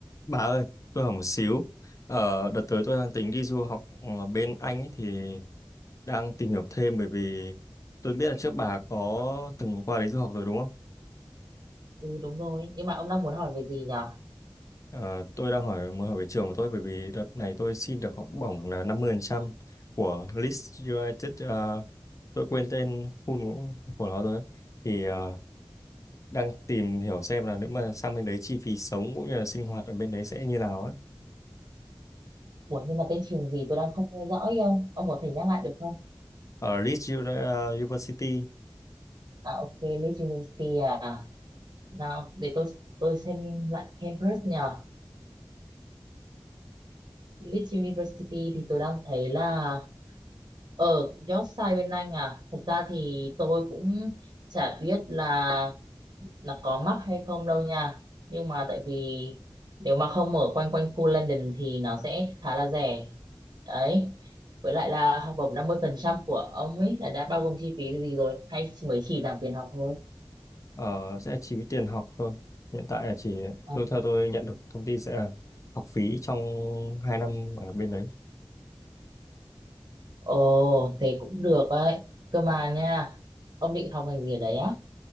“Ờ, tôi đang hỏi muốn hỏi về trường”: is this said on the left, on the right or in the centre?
Left